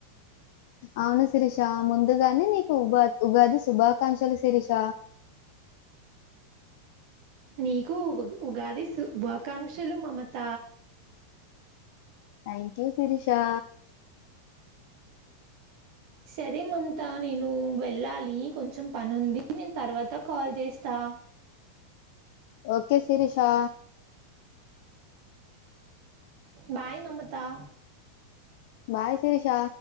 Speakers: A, on the left; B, on the right.
A: అవును శిరీష ముందుగానే నీకు ఉగా ఉగాది శుభాకాంక్షలు శిరీష
B: నీకు ఉ ఉగాది శుభాకాంక్షలు మమత
A: థ్యాంక్ యూ శిరిషా
B: సరే మమత నేను వెళ్ళాలి కొంచెం పనింది నేను తర్వాత కాల్ చేస్తా
A: okay Sirisha
B: bye Mamata.
A: Bye Sirisha.